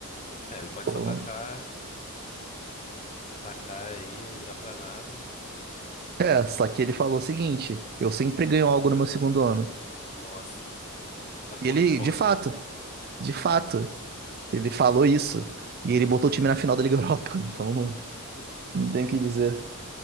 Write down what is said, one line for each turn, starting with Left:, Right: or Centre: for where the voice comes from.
Left: É, ele pode
Right: Pô.
Left: só tacar, tacar aí, não ligar pra nada.
Right: É, só que ele falou o seguinte: eu sempre ganho algo no meu segundo ano.
Left: Nossa, tá com
Right: E ele,
Left: responsa.
Right: de fato, de fato, ele falou isso. E ele botou o time na final da Liga <laughs> Europa. Então não,
Left: <laughs>
Right: não tem o que dizer.